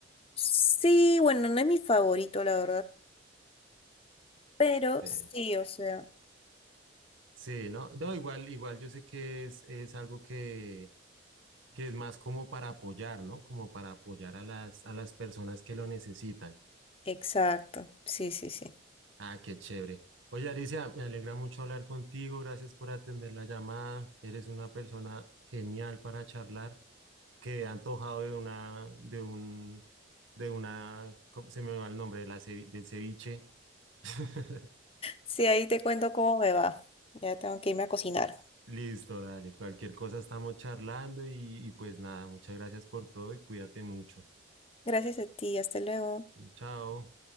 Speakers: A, on the left (about 30°); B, on the right (about 85°).
A: sí, bueno, no es mi favorito, la verdad, pero
B: Sí,
A: sí, o sea,
B: sí, ¿no? No, igual, igual yo sé que es, es algo que, que es más como para apoyar, ¿no? Como para apoyar a las, a las personas que lo necesitan.
A: exacto. Sí, sí, sí.
B: Ah, qué chévere. Oye, Alicia, me alegra mucho hablar contigo. Gracias por atender la llamada. Eres una persona genial para charlar, que ha antojado de una, de un, de una, ¿cómo se me va el nombre? De la cevi- del ceviche. <laughs>
A: Sí, ahí te cuento cómo me va. Ya tengo que irme a cocinar.
B: Listo, dale. Cualquier cosa estamos charlando y, y pues nada, muchas gracias por todo y cuídate mucho.
A: Gracias a ti, hasta luego.
B: Chao.